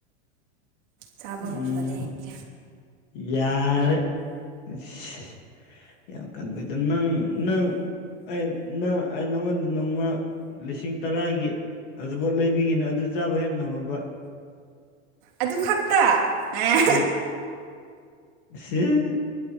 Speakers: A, on the right; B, on the left.
A: ꯆꯥꯕ
B: ꯎꯝ
A: ꯉꯝꯕꯅꯦ ꯑꯩꯁꯦ
B: ꯌꯥꯔꯦ ꯑꯩꯁ ꯌꯥꯝ ꯀꯟꯕꯩꯗ ꯅꯪ ꯅꯪ ꯑ ꯅꯪ ꯑꯩ ꯅꯉꯣꯟꯗ ꯅꯣꯡꯃ ꯂꯤꯁꯤꯡ ꯇꯔꯥꯒꯤ ꯑꯗꯨꯕꯣꯠ ꯂꯩꯕꯤꯒꯦꯅꯦ ꯑꯗꯨ ꯆꯥꯕ ꯍꯦꯛ ꯉꯝꯃꯕ
A: ꯑꯗꯨ ꯈꯛꯇ ꯑꯦ
B: ꯑꯩ ꯁꯤꯔ